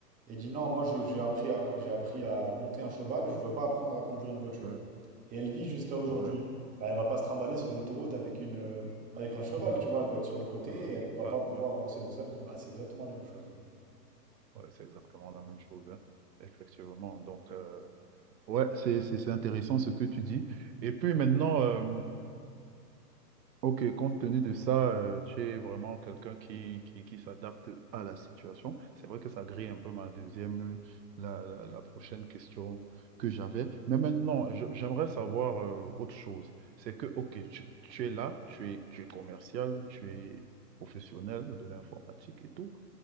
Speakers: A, on the right; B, on the right.
A: et dit non, moi je- j'ai appris à, j'ai appris à monter un cheval, je veux pas apprendre à conduire une voiture.
B: Ouais,
A: Et elle vit jusqu'à aujourd'hui.
B: ouais.
A: Bah, elle va pas se trimballer sur l'autoroute avec une, euh, avec un cheval,
B: Ouais.
A: tu vois, elle va être sur le côté
B: Ah,
A: et elle
B: je
A: va
B: vois,
A: pas
B: je
A: pouvoir
B: vois.
A: avancer dans sa vie. Bah, c'est exactement la même chose.
B: Ouais, c'est exactement la même chose, hein. Effectivement. Donc, euh, ouais, c'est, c'est, c'est intéressant ce que tu dis. Et puis maintenant. euh, Ok, compte tenu de ça, euh, tu es vraiment quelqu'un qui, qui, qui s'adapte à la situation. C'est vrai que ça grille un peu ma deuxième, euh, la, la, la prochaine question que j'avais. Mais maintenant, je- j'aimerais savoir euh, autre chose. C'est que, ok, tu, tu es là, tu es, tu es commercial, tu es professionnel de l'informatique et tout.